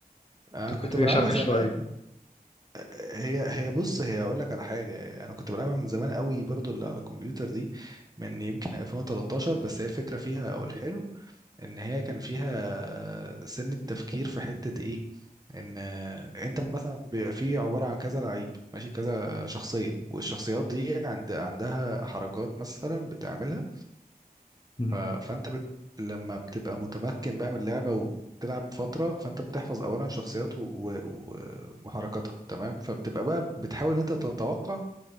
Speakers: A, on the right; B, on the left.
A: انا
B: كانت
A: كنت
B: محتاجه
A: بلعبها
B: شرح
A: زمان
B: شويه
A: هي هي بص هي اقول لك على حاجه انا كنت بلعبها من زمان قوي برضو اللي على الكمبيوتر دي من يمكن 2013 بس هي الفكره فيها او الحلو ان هي كان فيها سن التفكير في حتة ايه ان انت مثلا بيبقى فيه عبارة عن كذا لعيب ماشي كذا شخصية والشخصيات دي عند عندها حركات مثلا بتعملها
B: امم
A: ف... فانت بت... لما بتبقى متمكن بقى من اللعبة وتلعب فترة فانت بتحفظ اولا شخصيات و... و... و- وحركاتها تمام فبتبقى بقى بتحاول ان انت تتوقع